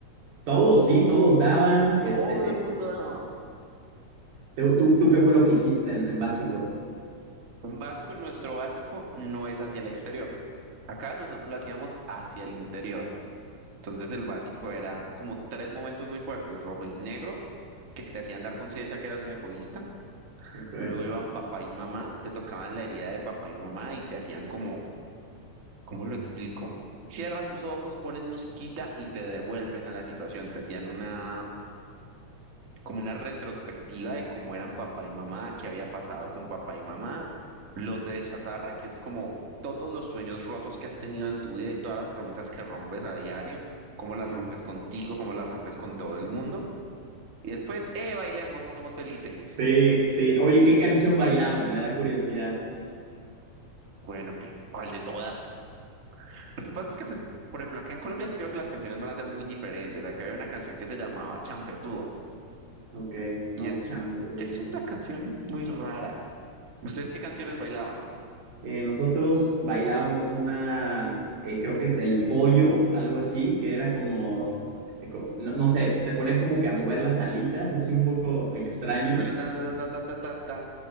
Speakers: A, on the right (about 75°); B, on the right (about 35°).
A: todos, sí, todos daban, este,
B: Todo
A: te-
B: el mundo daba.
A: tú, tú, tú ¿qué fue lo que hiciste en, en básico?
B: En básico, nuestro básico no es hacia el exterior. Acá nosotros lo hacíamos hacia el interior. Entonces el básico era como tres momentos muy fuertes, rojo y negro, que te hacían dar conciencia que eras un egoísta
A: Ok,
B: Luego iban papá y mamá, te tocaban la herida de papá y mamá y te hacían como, ¿cómo lo explico? Cierra tus ojos, ponen musiquita y te devuelven a la situación. Te hacían una, como una retrospectiva de cómo eran papá y mamá, qué había pasado con papá y mamá, lote de chatarra, que es como todos los sueños rotos que has tenido en tu vida y todas las promesas que rompes a diario, cómo las
A: sí.
B: rompes contigo, cómo las rompes con todo el mundo. Y después, eh, bailemos, somos felices.
A: Sí, sí. Oye, ¿qué canción bailaban? Me da curiosidad.
B: Bueno, ¿qué? ¿Cuál de todas? Lo que pasa es que, pues, por ejemplo, acá en Colombia sí creo que las canciones van a ser muy diferentes. Acá había una canción que se llamaba Champetúa
A: Ok,
B: y
A: no,
B: es,
A: champo, pero
B: es
A: no.
B: una canción muy rara. ¿Ustedes qué canciones bailaban?
A: Eh, nosotros bailábamos una, eh, creo que es del pollo, algo así, que era como, eh, co- no, no sé, te ponen como que a mover las alitas, así un poco extraño.
B: En Colombia, ta, ta, ta, ta, ta, ta,